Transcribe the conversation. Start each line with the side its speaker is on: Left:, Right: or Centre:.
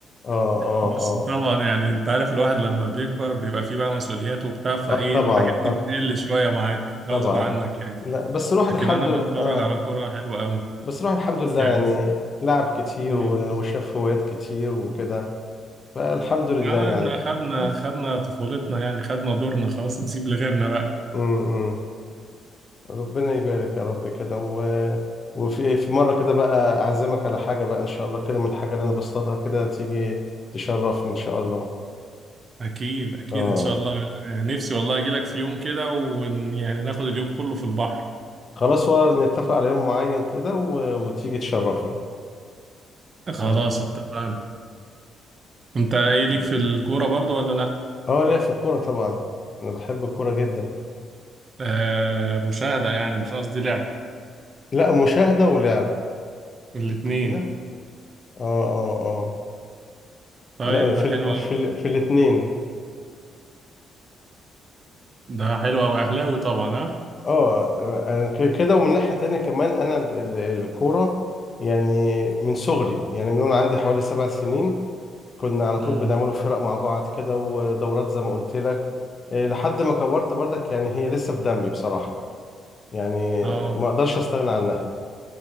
Left: اه اه
Right: بس
Left: اه
Right: طبعا يعني انت عارف الواحد لما بيكبر بيبقى فيه بقى مسؤوليات وبتاع فايه
Left: اه طبعا
Right: الحاجات دي بتقل شوية معاك
Left: طبعا
Right: غصب عنك يعني
Left: لا بس الواحد
Right: لكن
Left: الحمد
Right: انا بتفرج
Left: لله اه
Right: على كرة حلوة قوي
Left: بس الواحد الحمد لله
Right: يعني
Left: يعني لعب كتير
Right: مم.
Left: و- وشاف هوايات كتير وكده فالحمد لله
Right: اه
Left: يعني
Right: احنا خدنا
Left: خلاص
Right: خدنا طفولتنا يعني خدنا دورنا خلاص نسيب لغيرنا بقى
Left: امم ربنا يبارك يا رب كده و... وفي في مرة كده بقى أعزمك على حاجة بقى إن شاء الله كده من الحاجة اللي أنا بصطادها كده تيجي تشرفني إن شاء الله
Right: اكيد اكيد
Left: آه
Right: ان شاء الله نفسي والله اجي لك في يوم كده ويعني ناخد اليوم كله في البحر
Left: خلاص ولا نتفق على يوم معين كده و... وتيجي تشرفني
Right: خلاص
Left: آه
Right: اتفقنا انت ايه ليك
Left: آه
Right: في الكوره برضو ولا لا
Left: آه ليا في الكورة طبعا أنا بحب الكورة جدا
Right: آه مشاهده يعني مش قصدي لعب
Left: لا مشاهدة ولعب
Right: الاتنين
Left: عندنا اه اه اه
Right: طيب
Left: لا
Right: ده
Left: في ال...
Right: حلو قوي
Left: في ال... في الاثنين
Right: ده حلو قوي اهلاوي طبعا ها
Left: اه آه، ك- كده ومن ناحية تانية كمان انا ال- ال- الكورة يعني من صغري يعني من وانا عندي حوالي سبع سنين كنا على
Right: امم
Left: طول بنعملوا فرق مع بعض كده ودورات زي ما قلت لك آه، لحد ما كبرت برضك يعني هي لسه في دمي بصراحة يعني
Right: اه
Left: ما اقدرش استغنى عنها